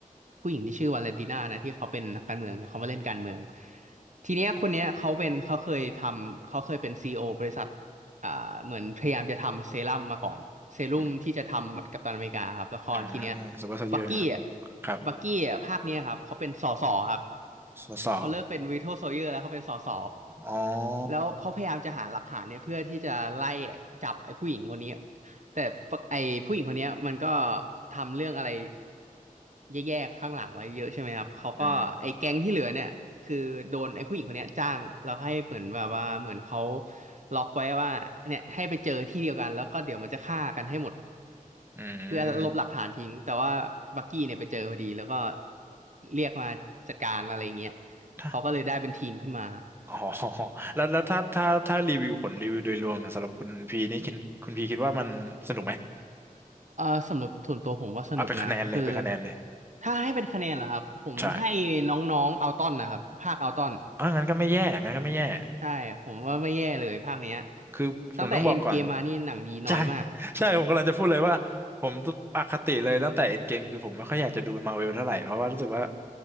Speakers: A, on the right (about 55°); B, on the right (about 15°).
A: ผู้หญิงที่ชื่อวาเลนติน่านะที่เขาเป็นนักการเมืองเนี่ยเขามาเล่นการเมืองทีเนี้ยคนเนี้ยเขาเป็นเขาเคยทำเขาเคยเป็นซีอีโอบริษัทอ่าเหมือนพยายามจะทำเซรั่มมาก่อนเซรั่มที่จะทำกัปตันอเมริกาครับละครทีเนี้ย
B: อืมอืมซูเปอร์โซลเจอร์
A: บักกี้อ่ะ
B: ครับ
A: บักกี้อ่ะภาคเนี้ยครับเขาเป็นสสครับ
B: สส
A: เขาเลิกเป็นวีโ o โซเยอร์แล้วเขาเป็นสส
B: อ๋อ
A: แล้วเขาพยายามจะหาหลักฐานเนี่ยเพื่อที่จะไล่จับไอ้ผู้หญิงคนนี้แต่ปะไอ้ผู้หญิงคนเนี้ยมันก็ทำเรื่องอะไรแย่ๆข้างหลังไว้เยอะใช่ไหมครับเขาก็ไอ้แก๊งที่เหลือเนี่ยคือโดนไอ้ผู้หญิงคนเนี้ยจ้างแล้วให้เหมือนแบบว่าเหมือนเขา
B: อืม
A: ล็อกไว้ว่าเนี่ยให้ไปเจอที่เดียวกันแล้วก็เดี๋ยวมันจะฆ่ากันให้หมด
B: อืม
A: เพื่อลบหลักฐานทิ้งแต่ว่าบักกี้เนี่ยไปเจอพอดีแล้วก็เรียกมาจัดการอะไรอย่างเงี้ย
B: ถ้า
A: เขาก็เลยได้เป็นทีมขึ้นมา
B: อ๋อ <laughs> แล้วแล้วถ้าถ้าถ้ารีวิวผลรีวิวโดยรวมสำหรับคุณพีนี่คิดคุณพีคิดว่ามันสนุกไหม
A: เออสำหรับส่วนตัวผมว่าสนุกนะคือ
B: เอาเป็นคะแนนเลยเป็นคะแนนเลย
A: ถ้าให้เป็นคะแนนเหรอครับผมให้น้องๆเอาต้อนนะครับภาคเอาต้อน
B: ใช่ เอองั้นก็ไม่แย่ งั้นก็ไม่แย่
A: ใช่ผมว่าไม่แย่เลยภาคเนี้ย
B: คือผมต้องบอกก่อน
A: ตั้งแต่เอ็นเกมมานี่หนังดีน้อยมาก
B: ใช่ <laughs> ใช่ ผมกำลังจะพูดเลยว่าผมอคติเลยตั้งแต่เอ็นเกมคือผมไม่ค่อยอยากจะดูมาร์เวลเท่าไหร่ เพราะว่ารู้สึกว่า